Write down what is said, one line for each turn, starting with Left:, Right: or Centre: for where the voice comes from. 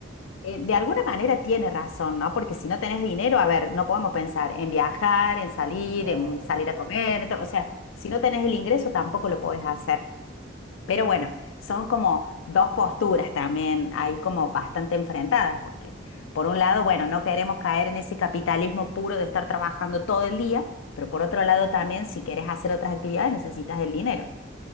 Left: eh, de alguna manera tiene razón, ¿no? Porque si no tenés dinero, a ver, no podemos pensar en viajar, en salir,
Right: <laughs> claro,
Left: en salir
Right: es verdad.
Left: a comer, to- o sea, si no tenés el ingreso tampoco lo podés hacer. Pero bueno, son como dos posturas también ahí como bastante enfrentadas, porque por un lado, bueno, no queremos caer en ese capitalismo puro de estar trabajando todo el día, pero por otro lado también, si quieres hacer otras actividades, necesitas el dinero.